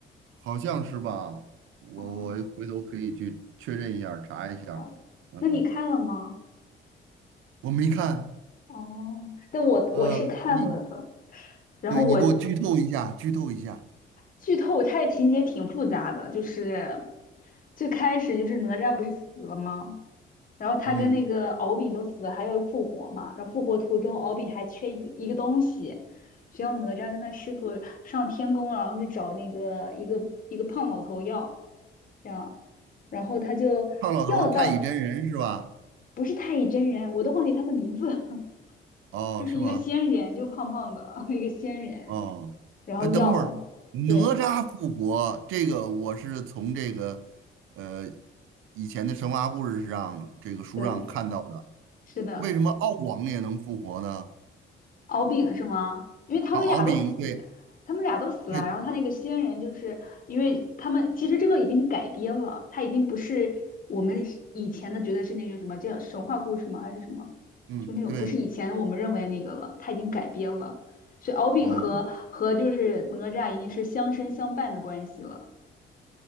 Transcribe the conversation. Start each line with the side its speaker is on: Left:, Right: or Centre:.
Right: 好像是吧？我我回头可以去确认一下儿查一下儿嗯，
Left: 哦，好的，那你看了吗？
Right: 我没看，
Left: 哦，那我我是看了的，
Right: 呃，你
Left: 然后我
Right: 对你给我剧透一下，剧透一下，
Left: 剧透，它的情节挺复杂的，就是最开始就是哪吒不是死了吗？然后他跟那个敖丙都死了，
Right: 嗯。
Left: 还要复活嘛。然后复活途中，敖丙还缺一个一个东西，需要哪吒跟他师傅上天宫，然后去找那个一个一个胖老头要这样。然后他就要到，
Right: 胖老头儿太乙真人是吧？
Left: 不是太乙真人，我都忘记他的名字。<laughs>
Right: 哦，
Left: 就是一个仙人，
Right: 是吗？
Left: 就胖胖的 <laughs> 一个仙人，
Right: 哦，
Left: 然后药，
Right: 哎，等会儿哪吒复活这个，
Left: 对
Right: 我是从这个呃以前的神话故事上这个书上看到的。
Left: 对，是的，
Right: 为什么敖广也能复活呢？
Left: 敖丙是吗？因为他们俩都死，
Right: 啊，敖丙，对
Left: 他们俩都死了，
Right: 对，
Left: 然后他那个仙人就是因为他们其实这个已经改编了，他已经不是我们以前的觉得是那个什么叫神话故事吗？还是什么？
Right: 嗯，
Left: 就那种不是以前我们认为的那个了，
Right: 对，
Left: 他已经改编了，所以敖丙和和就是哪吒已经是相生相伴的关系了。
Right: 哦